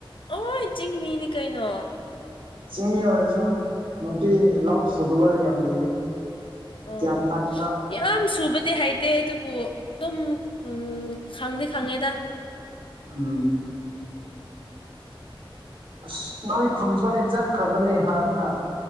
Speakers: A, on the left; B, on the right.
A: ꯑꯦ ꯆꯤꯡꯃꯤꯅꯤ ꯀꯩꯅꯣ
B: ꯆꯤꯡꯃꯤ ꯑꯣꯏꯔꯁꯨ ꯅꯨꯄꯤ ꯂꯥꯎ ꯁꯨꯗꯕꯗ ꯌꯥꯝ ꯂꯩꯌꯦ
A: ꯑꯣ
B: ꯌꯥꯝ ꯇꯟꯕ
A: ꯌꯥꯝ ꯁꯨꯕꯗꯤ ꯍꯩꯇꯦ ꯑꯗꯨꯕꯨ ꯑꯗꯨꯝ ꯎꯝ ꯈꯪꯗꯤ ꯈꯪꯉꯦꯗ
B: ꯎꯝ ꯑꯁ ꯅꯣꯏ ꯈꯨꯟꯁꯨ ꯑꯩ ꯆꯠꯈ꯭ꯔꯕꯅꯦ ꯍꯥꯟꯅ